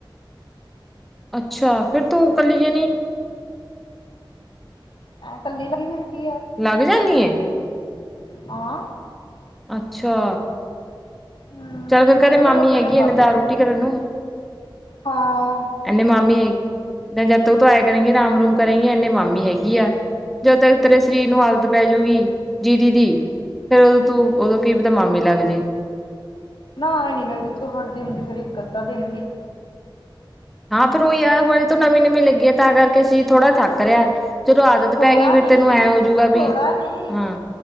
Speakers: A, in the centre; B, on the left.
A: ਅੱਛਾ, ਫਿਰ ਤੂੰ ਕੱਲੀ ਜਣੀ?
B: ਆ ਕੱਲਕੜਲੇਟ
A: ਲੱਗ ਜਾਂਦੀ ਏ
B: ਆਾਂ। <inaudible>
A: ਅੱਛਾ।
B: ਹਮ
A: ਚੱਲ ਫੇਰ
B: ਮੰਮੀ
A: ਘਰੇ ਮਾਮੀ
B: ਨੇ ਲੱਗਣਾ
A: ਹੈਗੀ,
B: ਲੱਗ
A: ਇਹਨੇ
B: ਗਏ
A: ਦਾਲ-ਰੋਟੀ ਕਰਨ ਨੂੰ।
B: ਹਾਂ
A: ਇਹਨੇ ਮਾਮੀ ਹੈ ਜਦ ਤ ਤੋਂ ਆਇਆ ਕਰੇਗੀ ਆਰਾਮ ਰੂਮ ਕਰੇਗੀ ਇਨੇ ਮਾਮੀ ਹੈਗੀ ਆ। <inaudible> ਜਦੋਂ ਤੱਕ ਤੇਰੇ ਸਰੀਰ ਨੂੰ ਆਦਤ ਪੈਜੁਗੀ, ਜੀਦੀ ਦੀ। ਫੇਰ ਉਦੋਂ ਤੂ, ਓਦੋਂ ਕੀ ਪਤਾ ਮਾਮੀ ਲੱਗ ਜੇ।
B: ਨਾ ਐ ਨੀ ''ਮੈਂ ਵਿੱਚੋਂ ਹਟਦੀ ਹੁੰਦੀ, ਫੇਰ ਇੱਕ-ਅੱਧਾ ਦਿਨ ਵੀ।
A: ਹਾਂ ਫੇਰ ਉਹ ਯਾਰ ਹੋਲੀ ਤ ਨਵੀਂ-ਨਵੀਂ ਲੱਗੀ ਹੈ ਤਾਂ ਕਰਕੇ ਸੀ ਥੋੜ੍ਹਾ ਥੱਕ ਰਿਹਾ। ਚਲੋ ਆਦਤ
B: ਥੋੜਾ
A: ਪੈ ਗਈ ਫੇਿਰ
B: ਨੀ
A: ਤੈਨੂੰ ਐਂ ਹੋਜੂਗਾ
B: ਥੋੜਾ
A: ਵੀ
B: ਨੀ
A: ਹਾਂ